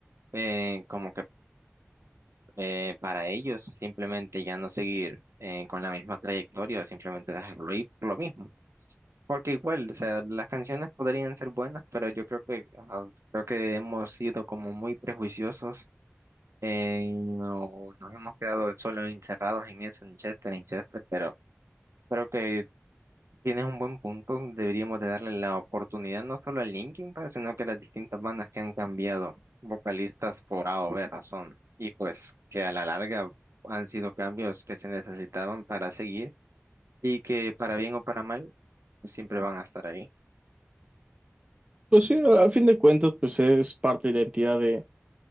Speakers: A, on the right; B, on the right.
A: eh, como que eh, para ellos simplemente ya no seguir eh, con la misma trayectoria, simplemente dejarlo ir por lo mismo. Porque igual, o sea, las canciones podrían ser buenas, pero yo creo que ajá, creo que hemos sido como muy prejuiciosos eh, y no, nos hemos quedado solo encerrados en eso, en Chester, en Chester, pero creo que Tienes un buen punto, deberíamos de darle la oportunidad no solo a Linkin Park, sino que a las distintas bandas que han cambiado vocalistas por A o B razón, y pues que a la larga han sido cambios que se necesitaban para seguir y que para bien o para mal siempre van a estar ahí.
B: Pues sí, al fin de cuentas, pues es parte de la identidad de